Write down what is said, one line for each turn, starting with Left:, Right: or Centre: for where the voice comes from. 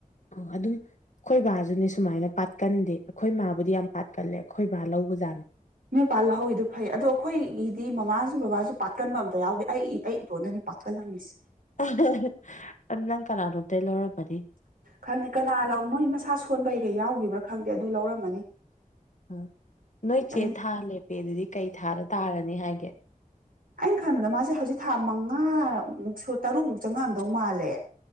Left: ꯑꯣ ꯑꯗꯨꯝ ꯑꯩꯈꯣꯏ ꯕꯥꯁꯨꯅꯦ ꯁꯨꯃꯥꯏꯅ ꯄꯥꯠꯀꯟꯗꯦ ꯑꯩꯈꯣꯏ ꯃꯥꯕꯨꯗꯤ ꯌꯥꯝ ꯄꯥꯠꯀꯜꯂꯦ ꯑꯩꯈꯣꯏ ꯕꯥ ꯂꯧꯕꯖꯥꯠꯅꯤ
Right: ꯅꯣꯏꯄꯥꯥꯟ ꯍꯧꯏꯗꯨꯣ ꯐꯩ ꯑꯗꯣ ꯑꯩꯈꯣꯏꯒꯤꯗꯤ ꯃꯃꯥꯁꯨ ꯕꯕꯥꯁꯨ ꯄꯥꯠꯀꯟꯕ ꯑꯃꯇ ꯌꯥꯎꯗꯦ ꯑꯩ ꯑꯩ ꯏꯇꯣꯟꯗꯅꯤ ꯄꯊꯂꯝꯃꯤꯁ
Left: ꯑꯍꯥ ꯑꯍꯥ ꯅꯪ ꯀꯅꯥꯅꯣꯗ ꯂꯧꯔꯕꯅꯤ
Right: ꯈꯪꯗꯦ ꯀꯅꯥ ꯂꯩ ꯃꯣꯏ ꯃꯁꯥ ꯁꯣꯟꯕꯩꯒ ꯌꯥꯎꯈꯤꯕ꯭ꯔꯥ ꯈꯪꯗꯦ ꯑꯗꯨ ꯂꯧꯔꯝꯃꯅꯤ
Left: ꯎꯝ ꯅꯣꯏ ꯆꯦ
Right: ꯑꯩ
Left: ꯊꯥ ꯂꯦꯞꯄꯦ ꯑꯗꯨꯗꯤ ꯀꯩ ꯊꯥꯗ ꯇꯥꯔꯅꯤ ꯍꯥꯏꯒꯦ
Right: ꯑꯩꯅ ꯈꯟꯕꯗ ꯃꯥꯁꯦ ꯍꯧꯖꯤꯛ ꯊꯥ ꯃꯉꯥꯃꯨꯛꯁꯨ ꯇꯔꯨꯛꯃꯨꯛ ꯆꯪꯉꯛꯑꯝꯗꯧ ꯃꯥꯜꯂꯦ